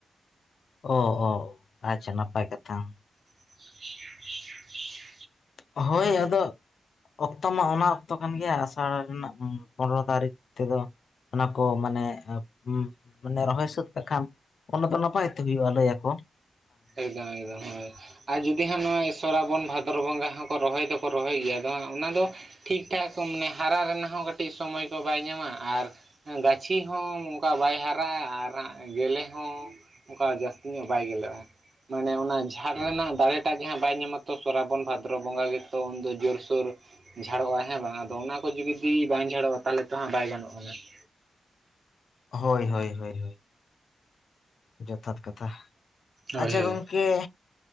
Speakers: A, on the left (about 70°); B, on the right (about 55°).
A: ᱚᱼ ᱚ ᱟᱪᱪᱷᱟ ᱱᱟᱯᱟᱭ ᱠᱟᱛᱷᱟ ᱾
B: <unintelligible>
A: ᱦᱳᱭ ᱟᱫᱚ ᱚᱠᱛᱚ ᱢᱟ ᱚᱱᱟ ᱚᱠᱛᱚ ᱠᱟᱱ ᱜᱮᱭᱟ ᱟᱥᱟᱲ ᱨᱮᱱᱟᱜ ᱯᱚᱸᱫᱽᱨᱚ ᱛᱟᱹᱨᱤᱠᱷ ᱛᱮᱫᱚ ᱚᱱᱟ ᱠᱚ ᱢᱟᱱᱮ ᱩᱸ ᱢᱟᱱᱮ ᱨᱚᱦᱚᱭ ᱥᱟᱹᱛ ᱠᱟ ᱠᱷᱟᱱᱮᱢ ᱚᱱᱟ ᱫᱚ ᱱᱟᱯᱟᱭ ᱛᱮ ᱦᱩᱭᱩᱜᱼᱟ ᱞᱟᱹᱭ ᱟᱠᱚ ᱾
B: ᱮᱠᱫᱚᱢ ᱮᱠᱫᱚᱢ ᱦᱳᱭ ᱟᱨ ᱡᱩᱫᱤ ᱦᱟᱸᱜ ᱱᱚᱜᱼᱚᱭ ᱥᱚᱨᱟᱵᱚᱱ ᱵᱷᱟ ᱵᱚᱨ ᱵᱚᱸᱜᱟ ᱦᱚᱸᱠᱚ ᱨᱚᱦᱚᱭ ᱫᱚᱠᱚ ᱨᱚᱦᱚᱭ ᱜᱮᱭᱟ ᱟᱫᱚ ᱦᱟᱜ ᱚᱱᱟ ᱫᱚ ᱴᱷᱤᱠᱴᱷᱟᱠ ᱢᱟᱱᱮ ᱦᱟᱨᱟ ᱨᱮᱱᱟᱜ ᱦᱚᱸ ᱠᱟᱹᱴᱤᱡ ᱥᱚᱢᱚᱭ ᱠᱚ ᱵᱟᱭ ᱧᱟᱢᱟ ᱟᱨ ᱜᱟᱹᱪᱷᱤ ᱦᱚᱸ ᱚᱱᱠᱟ ᱵᱟᱭ ᱦᱟᱨᱟᱜᱼᱟ ᱟᱨ ᱜᱮᱞᱮ ᱦᱚᱸ ᱚᱱᱠᱟ ᱡᱟᱹᱥᱛᱤ ᱞᱚᱜ ᱵᱟᱭ ᱜᱮᱞᱚᱜᱼᱟ ᱢᱟᱱᱮ ᱚᱱᱟ ᱡᱷᱟᱲ ᱨᱮᱱᱟᱜ ᱫᱟᱲᱮ ᱴᱟᱜ ᱡᱟᱦᱟᱸ ᱵᱟᱭ ᱧᱟᱢᱟ ᱛᱚ ᱥᱨᱟᱵᱚᱱ ᱵᱷᱟᱫᱨᱚ ᱵᱚᱸᱜᱟ ᱜᱮᱛᱚ ᱩᱱᱫᱚ ᱡᱳᱨᱥᱳᱨ ᱡᱷᱟᱲᱚᱜᱼᱟ ᱦᱮᱸ ᱵᱟᱝᱼᱟ ᱟᱫᱚ ᱚᱱᱟ ᱠᱚ ᱡᱩᱫᱤ ᱵᱟᱝ ᱡᱷᱟᱲᱚᱜᱼᱟ ᱛᱟᱦᱚᱞᱮ ᱛᱚ ᱦᱟᱸᱜ ᱵᱟᱭ ᱜᱟᱱᱚᱜᱼᱟ ᱱᱟᱜ ᱾
A: ᱦᱳᱭ ᱦᱳᱭ ᱦᱳᱭ ᱦᱳᱭ ᱡᱚᱛᱷᱟᱛ ᱠᱟᱛᱷᱟ
B: ᱦᱳᱭ
A: ᱟᱪᱪᱷᱟ
B: ᱦᱳᱭ
A: ᱜᱚᱝᱠᱮ